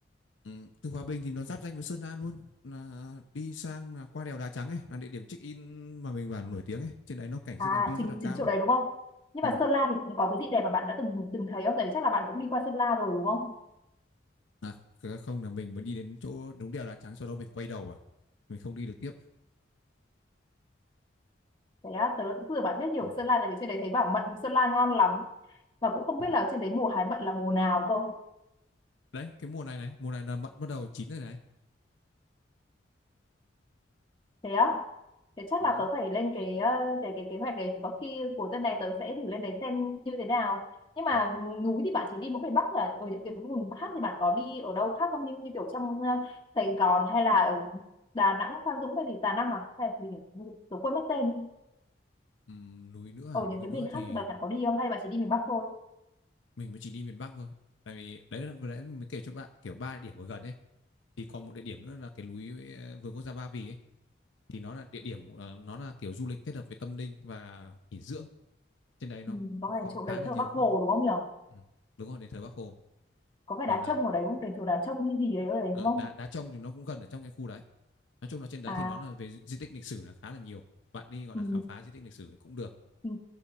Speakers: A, on the left; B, on the left.
A: Ừ, từ Hòa Bình thì nó giáp danh với Sơn La luôn là đi sang là qua đèo Đá Trắng ấy là địa điểm check in mà mình bảo là nổi tiếng ấy trên đấy nó cảnh
B: à
A: rất là view
B: chính
A: rất là cao
B: chính chỗ đấy đúng không nhưng mà
A: ừ.
B: Sơn La thì cũng có cái gì đẹp mà bạn đã từng từng thấy không tại vì chắc là bạn cũng đi qua Sơn La rồi đúng không
A: à, kh- không là mình mới đi đến chỗ đúng đèo Đá Trắng sau đó mình quay đầu à mình không đi được tiếp
B: thế á tớ cũng vừa bạn biết nhiều
A: ừ.
B: về Sơn La tại vì trên đấy thấy bảo mận Sơn La ngon lắm và cũng không
A: Ừ.
B: biết là trên đấy mùa hái mận là mùa nào cơ
A: Đấy, cái mùa này này, mùa này là mận bắt đầu chín rồi này.
B: thế á Thế chắc
A: Ừ.
B: là tớ phải lên cái ờ, cái cái kế hoạch đấy thì có khi cuối tuần này tớ sẽ thử lên đấy xem như thế nào. Nhưng mà
A: Ừ.
B: núi thì bạn chỉ đi mỗi miền Bắc là ở những cái vùng khác thì bạn có đi ở đâu khác không như như kiểu trong ờ, Sài Gòn hay là ở Đà Nẵng, Phan Dũng hay gì Đà Nẵng à hay là gì nhỉ? Tớ quên mất tên. ấy.
A: Ừm, núi nữa
B: Ở
A: à, núi
B: những cái
A: nữa
B: miền
A: thì
B: khác thì bạn có đi không hay bạn chỉ đi miền Bắc thôi?
A: mình mới chỉ đi miền Bắc thôi. Tại vì đấy là vừa nãy mới kể cho bạn kiểu ba địa điểm ở gần ấy. Thì còn một địa điểm nữa là cái núi ờ, vườn quốc gia Ba Vì ấy. Thì nó là địa điểm ờ, nó là kiểu du lịch kết hợp với tâm linh và nghỉ dưỡng. Trên đấy nó
B: Ừ, có phải
A: có
B: chỗ
A: khá
B: đấy
A: là
B: thờ
A: nhiều
B: Bác
A: khu
B: Hồ đúng không nhỉ?
A: Ừ, đúng rồi đền thờ Bác Hồ
B: Có phải
A: còn
B: đá
A: là
B: trông ở đấy không? Đền thờ đá trông hay gì đấy ở đấy đúng
A: ờ,
B: không?
A: đá đá trông thì nó cũng gần ở trong cái khu đấy nói chung là trên đấy
B: À
A: thì nó là về di tích lịch sử là khá là nhiều bạn đi gọi
B: ừ.
A: là khám phá di tích lịch sử cũng được
B: Ừ.